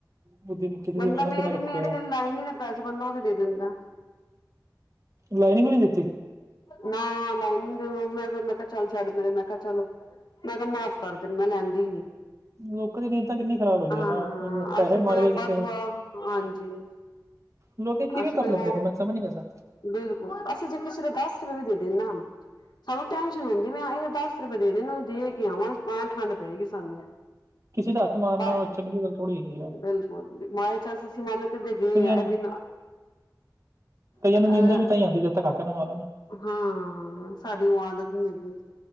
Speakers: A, on the right; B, on the left.
A: ਬੁੱਧੀ ਕਿਸੇ
B: ਬੰਦਾ
A: ਦੀ ਮਿਹਨਤ
B: ਮੇਰੀ
A: ਨਾ ਰੱਖੋ
B: ਮੇਰੇ
A: ਯਾਰ
B: <unintelligible> ਬਾਅਦ ਚ ਬੰਦਾ ਉਹ ਤੇ ਦੇ ਦਿੰਦਾ।
A: ਲਾਈਨਿੰਗ ਵੀ ਨੀ ਦਿੱਤੀ।
B: ਨਾ ਲਾਈਟਨਿੰਗ, ਮੈਂ ਫਿਰ ਮੈਂ ਕਿਹਾ ਚੱਲ ਛੱਡ ਪਰੇ ਮੈਂ ਕਿਹਾ ਚਲ ਮੈਂ ਕਿਹਾ ਮਾਫ਼ ਕਰ ਤੈਨੂੰ ਮੈਂ ਲੈਂਦੀ ਨੀ।
A: ਲੋਕਾ ਦੀ ਨੀਂਤ ਤਾਂ ਕਿੰਨੀ ਖ਼ਰਾਬ ਹੈਗੀ
B: ਹਾਂ
A: ਨਾ ਪੈਸੇ
B: ਅਸੀਂ
A: ਮਾਰ
B: ਕੋਈ ਉਹ
A: ਗਏ ਕਿਥੇ
B: ਵਾਧੂ ਆ ਹਾਂਜੀ
A: ਲੋਕੀ ਕਿਵੇਂ
B: ਅਸੀਂ
A: ਕਰ
B: ਕੋਈ
A: ਲੈਂਦੇ
B: ਉਹ
A: ਨੇ ਮੈਨੂੰ ਸਮਝ ਨੀ ਆਂਦਾ।
B: ਬਿਲਕੁਲ ਅਸੀਂ ਜੇ ਕਿਸੇ ਦੇ ਦਸ ਰੁਪਏ ਵੀ ਦੇ ਦੇ ਨਾ ਸਾਨੂੰ ਟੈਨਸ਼ਨ ਜਾਦੀ ਵੀ ਇਹਦੇ ਤਾਂ ਦਸ ਰੁਪਏ ਦੇਣੇ ਦੇ ਕੇ ਆਵਾਂ ਤਾਂ ਠੰਡ ਪਏਗੀ ਸਾਨੂੰ।
A: ਕਿਸੇ ਦਾ ਹੱਕ ਮਾਰਨਾ
B: ਬਸ
A: ਚੰਗੀ ਗੱਲ ਥੋੜੀ ਹੈਗੀ ਆ
B: ਬਿਲਕੁਲ ਮਾਏ ਚਸ ਅਸੀਂ ਮੰਨ ਕੇ ਦੇ ਗਏ
A: ਤੁਸੀਂ
B: ਇਹ ਵੀ
A: ਕਈਆਂ
B: ਅ
A: ਨੂੰ ਨੀਂਦਰ ਵੀ ਤਾਂ ਹੀ ਆਉਂਦੀ ਜਦ ਤੱਕ ਹੱਕ ਨਾ ਮਾਰੋ ਨਾ।
B: ਹਾਂ, ਸਾਡੀ ਉਹ ਆਦਤ ਨੀ ਹੈਗੀ।